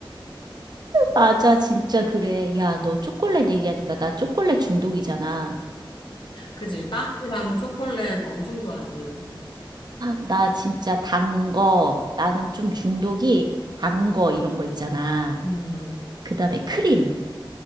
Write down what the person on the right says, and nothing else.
맞아, 진짜 그래. 야, 너 초콜릿 얘기하니까 나 초콜릿 중독이잖아.
나 진짜 단 거, 나는 좀 중독이 단거 이런 거 있잖아.
그 다음에 크림.